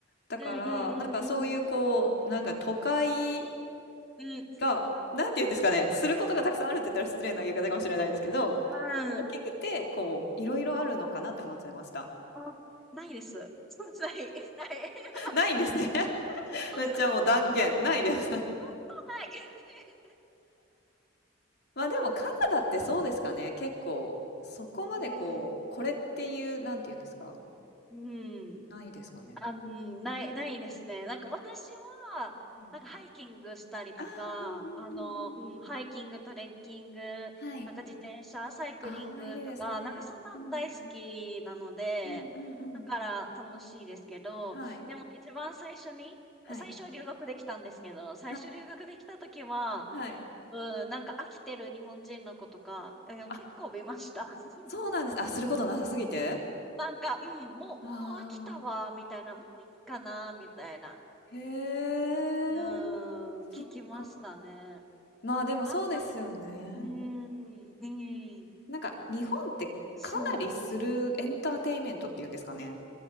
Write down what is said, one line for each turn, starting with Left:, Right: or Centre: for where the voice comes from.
Left: だから、
Centre: うんうんうん
Left: なんかそういうこう、なんか都会
Centre: うん、うん、
Left: が、なんていうんですかね、
Centre: う
Left: することがたくさんあるって言ったら失礼な言い方かもしれないですけど、
Centre: ん、
Left: 大きくて、こう、いろいろあるのかなって思ってました。
Centre: あ、ないです。<laughs> ない、ない。<laughs>
Left: <laughs> ないんですね。<laughs>
Centre: そんな、
Left: めっちゃもう断言、
Centre: そんな、
Left: ないです。<laughs>
Centre: そんなない。
Left: まあでもカナダってそうですかね。結構、そこまでこう、
Centre: <laughs> うん、
Left: これっていう、なんて言うんですか
Centre: うん、うん。
Left: ないですかね？
Centre: あ、んない、ないですね。なんか私は、
Left: うん。
Centre: なんかハイキングしたりとか、
Left: ああ、うんうんうんうん。
Centre: あの、うん、ハイキング、トレッキング、
Left: はい。
Centre: なんか自転車、サイクリングとか、
Left: ああ、いいですね。
Centre: なんかそんなん大好きなので、
Left: うんうん。うんうんうん。
Centre: だから楽しいですけど、
Left: はい。
Centre: でも一番最初に、
Left: はい。
Centre: 最初は留学できたんですけど、最初留学できた時は、
Left: はい。はい。
Centre: うん、なんか飽きてる日本人の子とか、あの結構見ました。
Left: あ、
Centre: <laughs>
Left: そうなんです。あ、することなさすぎて？
Centre: なんか、うん、もう、
Left: ああ、
Centre: もう飽きたわ、みたいな、もういいかな、みたいな。
Left: へえ、
Centre: う
Left: そっか。
Centre: ーん、聞きましたね。
Left: まあ、でもそうですよね。
Centre: あんまり、うーん、うん、
Left: なんか日本ってかなりするエンターテインメントっていうんですかね、
Centre: そう。